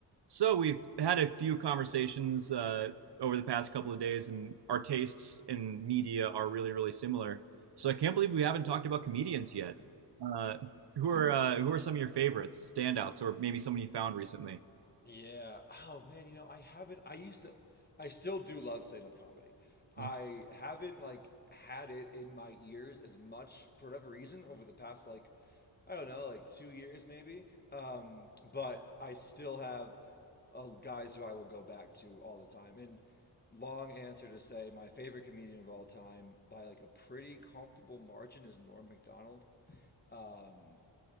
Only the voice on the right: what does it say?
So we've had a few conversations uh, over the past couple of days, and our tastes in media are really, really similar. So I can't believe we haven't talked about comedians yet. Uh, who
are uh, who are some of your favorites, standouts, or maybe someone you found recently?
Mhm.